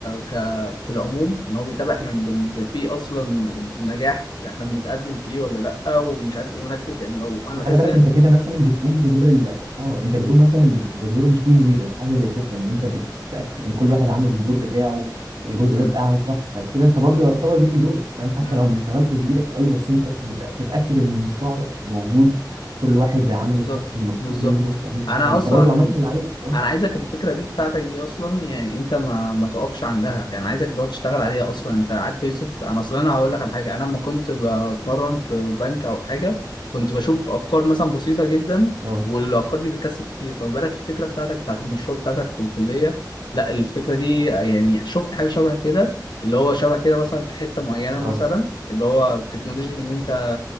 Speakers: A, on the left; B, on the right.
A: ك في العموم ان هو بيتابع احنا ب... ب- فيه اصلا نجاح احنا بنتقدم فيه ولا لا ومش عارف ايه مركز يعني لو انا
B: فخلي
A: بحس
B: بالك
A: ان
B: انت كده مثلا بتقوم بدور ال اه انت بتقوم مثلا بد- بدور التيم ليدر حاجه زي كده ان انت بتتاكد ان كل واحد عامل الدور بتاعه الجزء
A: مم.
B: ده اتعمل صح فكده انت برضو يعتبر ليك دور فاهم حتى
A: مم.
B: لو ما اشتغلتش بايدك قوي بس انت بت- بتتاكد ان المشروع موجود كل واحد عمل
A: بالظبط
B: التاسك المطلوب
A: بالظبط
B: منه فاهم
A: انا
B: فانت
A: اصلا
B: برضو عملت اللي عليك اه
A: انا عايزك الفكره دي بتاعتك دي اصلا يعني انت ما ما تقفش عندها يعني عايزك اللي هو تشتغل عليها اصلا انت عارف يا يوسف انا اصلا انا هقول لك على حاجه انا لما كنت بتمرن في بنك او حاجه كنت بشوف افكار مثلا بسيطه جدا
B: اه
A: والافكار دي بتكسب كتير فما بالك الفكره بتاعتك بتاعت المشروع بتاعتك في الكليه لا الفكره دي يعني شفت حاجه شبه كده اللي هو شبه كده مثلا في حته معينه
B: اه
A: مثلا اللي هو تكنولوجيا ان انت